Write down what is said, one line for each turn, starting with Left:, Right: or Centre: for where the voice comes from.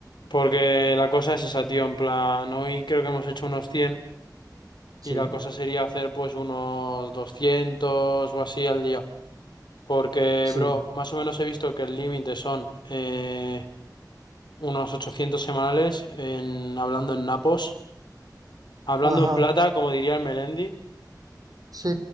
Left: Porque la cosa es esa, tío, en plan, hoy creo que hemos hecho unos 100
Right: Sí,
Left: y la cosa sería hacer pues unos 200 o así al día. Porque,
Right: sí.
Left: bro, más o menos he visto que el límite son eh, unos 800 semanales en, hablando en napos. Hablando
Right: Ajá,
Left: en plata, como diría el Melendi.
Right: sí.